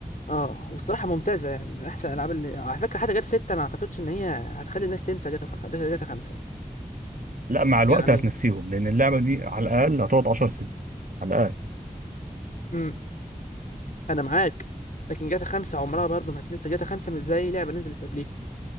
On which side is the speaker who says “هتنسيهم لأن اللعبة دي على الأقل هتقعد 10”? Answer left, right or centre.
Right